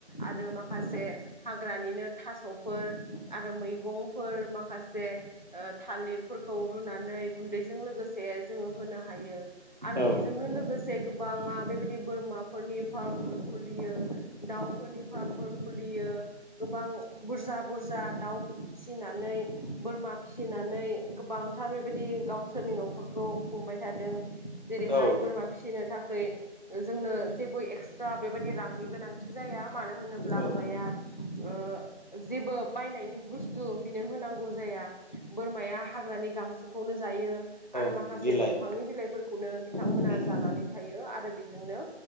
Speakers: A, on the left (about 45°); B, on the right (about 40°).
A: आरो माखासे हाग्रानिनो थास'फोर आरो मैगंफोर माखासे ओ थालिरफोरखौ रुनानै गुन्दैजों लोगोसे जोङो होनो हायो। आरो
B: औ
A: बेजोंनो लोगोस से गोबाङा बेबायदि बोरमाफोरनि फार्मफोर खुलियो। दाउफोरनि फार्मफोर खुलियो गोबां बुरजा-बुरजा दाउ फिसिनानै बोरमा फिस नानै गोबांथार बेबायदि गावसोरनि न'खरखौ खुंबाय थादों। जेरैहाय
B: औ
A: बोरमा फिसिनो थाख ऐ जोंनो जेबो एक्सट्रा बेबायादि रांनि गोनांथि जाया मानो होनोब्ला
B: औ
A: बोरमाया जेबो बायनायनि बुस्थु बिनो होनांगौ जाया। बोरमाया हाग्रानि गांसोखौनो जायो।
B: औ
A: आरो माखासे
B: बिलाइ
A: दंफांनि बिलाइफोरखौनो बिथांमोना
B: उम
A: जानानै थायो आरो बेजोंनो